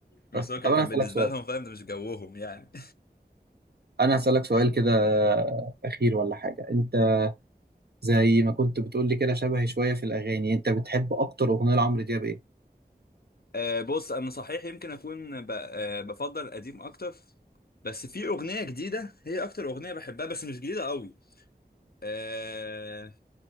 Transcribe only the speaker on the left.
بس
هو كان
كان
بالنسبه
لهم فاهم ده مش جوهم يعني
آه، بص انا صحيح يمكن اكون ب- آه، بفضل قديم اكتر بس في اغنيه جديده هي اكتر اغنيه بحبها بس مش جديده قوي آه،